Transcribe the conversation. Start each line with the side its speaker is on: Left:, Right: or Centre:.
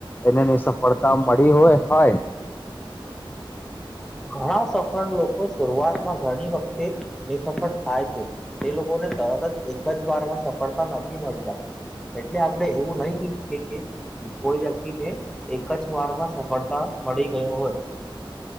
Left: એનાની સફળતા મળી હોય હોય.
Centre: ઘણા સફળ લોકો શરૂઆતમાં ઘણી વખતે એ સફળ થાય છે. એ લોકોને તરત જ એક જ બાર માં સફળતા નથી મળ જતી. એટલે આપડે એવું નહી કહી શકીએ કે કોઈ વ્યક્તિ ને એક જ વારમાં સફળતા મળી ગયો હોય.